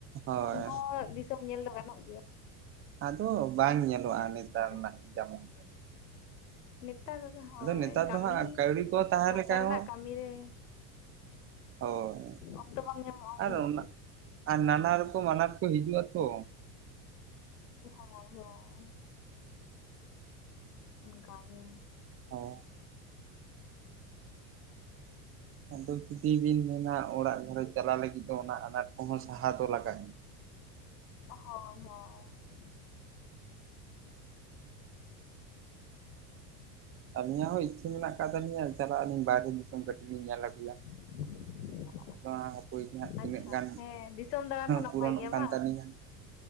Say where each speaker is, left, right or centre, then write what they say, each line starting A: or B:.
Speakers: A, on the right; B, on the left.
A: ᱦᱳᱭ
B: ᱩᱱ ᱦᱚᱸ ᱫᱤᱥᱚᱢ ᱧᱮᱞ ᱫᱚ ᱜᱟᱱᱚᱜ ᱜᱮᱭᱟ᱾
A: ᱟᱫᱚ ᱵᱟᱝ ᱧᱮᱞᱚᱜᱼᱟ, ᱱᱮᱛᱟᱨ
B: ᱦᱮᱸᱥᱮ
A: ᱨᱮᱱᱟᱜ ᱡᱮᱢᱚᱱ
B: ᱱᱮᱛᱟᱨ ᱦᱳᱭ
A: ᱱᱮᱛᱟᱨ
B: ᱠᱟᱹᱢᱤ
A: ᱫᱚ ᱦᱟᱸᱜ ᱠᱟᱹᱣᱰᱤ ᱠᱚ ᱛᱟᱦᱮᱸ
B: ᱥᱚᱝᱥᱟᱨ
A: ᱞᱮᱠᱷᱟᱡ
B: ᱨᱮᱱᱟᱜ
A: ᱦᱚᱸ
B: ᱠᱟᱹᱢᱤ ᱨᱮ
A: ᱦᱳᱭ
B: ᱚᱠᱛᱚ ᱵᱟᱝ ᱧᱟᱢᱚᱜᱼᱟ ᱩᱱ
A: ᱟᱨ
B: ᱫᱚ᱾
A: ᱚᱱᱟ ᱟᱨ ᱱᱟᱱᱟ ᱨᱚᱠᱚᱢ ᱟᱱᱟᱴ ᱠᱚ ᱦᱤᱡᱩᱜᱼᱟ ᱛᱚ᱾
B: ᱦᱳᱭ ᱦᱳᱭ᱾ ᱚᱱᱠᱟᱜᱮ᱾
A: ᱦᱳᱭ ᱟᱫᱚ ᱡᱩᱫᱤ ᱵᱤᱱ ᱢᱮᱱᱟ ᱚᱲᱟᱜ ᱜᱷᱟᱨᱚᱸᱡᱽ ᱪᱟᱟᱞᱟᱜ ᱞᱟᱹᱜᱤᱫ ᱫᱚ ᱚᱱᱟ ᱟᱱᱟᱴ ᱠᱚᱦᱚᱸ ᱥᱟᱦᱟ ᱫᱚ ᱞᱟᱜᱟᱜ
B: ᱦᱳᱭ ᱦᱳᱭ᱾
A: ᱟᱨᱞᱤᱟᱜ ᱦᱚᱸ ᱤᱪᱪᱷᱟᱹ ᱢᱮᱱᱟᱜ ᱟᱠᱟᱫ ᱛᱟᱹᱟᱞᱤᱧᱟ ᱪᱟᱞᱟᱜ ᱟᱹᱞᱤᱧ ᱵᱟᱭᱨᱮ ᱫᱤᱥᱚᱢ ᱠᱟᱹᱴᱤᱡ ᱞᱤᱧ ᱧᱮᱞ ᱟᱹᱜᱩᱭᱟ᱾
B: <unintelligible>
A: ᱱᱚᱣᱟ ᱦᱟᱹᱯᱤ ᱦᱟᱸᱜ ᱛᱤᱱᱟᱹᱜ
B: ᱟᱪᱪᱷᱟ
A: ᱜᱟᱱ
B: ᱦᱮᱸ ᱫᱤᱥᱚᱢ ᱫᱟᱬᱟᱱ ᱦᱚᱸ ᱱᱟᱯᱟᱭ
A: ᱯᱩᱨᱚᱱᱚᱜ
B: ᱜᱮᱭᱟ
A: ᱠᱟᱱ
B: ᱵᱟᱝ
A: ᱛᱟᱞᱤᱧᱟ᱾